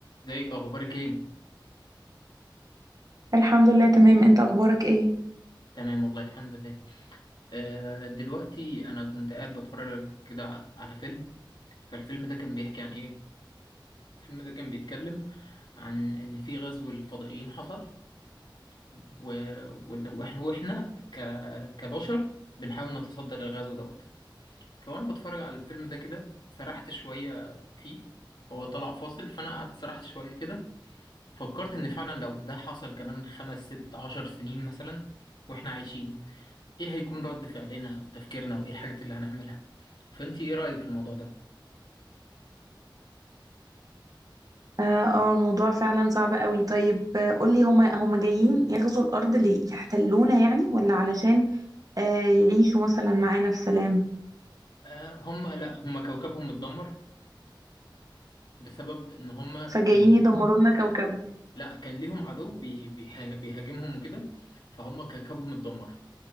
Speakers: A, on the left (about 65°); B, on the right (about 45°).
A: ازيك اخبارك ايه
B: الحمد لله تمام انت اخبارك ايه
A: تمام والله الحمد لله آه دلوقتي انا كنت قاعد بتفرج كده على فيلم فالفيلم ده كان بيحكي عن ايه الفيلم ده كان بيتكلم عن ان في غزو الفضائيين حصل و... وإن- واحنا وإحنا ك... كبشر بنحاول نتصدى للغزو دوت فانا بتفرج على الفيلم ده كده سرحت شوية فيه هو طلع فاصل فانا قعدت سرحت شوية كده فكرت ان فعلا لو ده حصل كمان خمس ست عشر سنين مثلا واحنا عايشين ايه هيكون رد فعلنا او تفكيرنا وايه الحاجات اللي هنعملها فانت ايه رأيك في الموضوع ده
B: اه آه، الموضوع فعلا صعب قوي طيب آه، قولي هما هما جايين يغزوا الارض ليه يحتلونا يعني ولا علشان آه يعيشوا مثلا معانا في سلام
A: آه هم لا هم كوكبهم اتدمر بسبب ان هم
B: فجايين
A: كان
B: يدمروا لنا كوكبنا
A: لا كان ليهم عدو بي... بيها- بيهاجمهم وكده فهم كوكبهم اتدمر